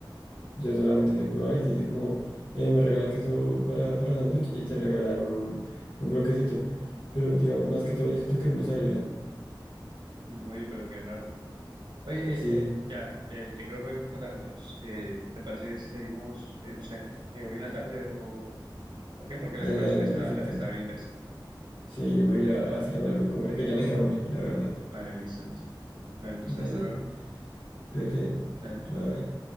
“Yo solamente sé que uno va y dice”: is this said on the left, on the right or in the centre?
Left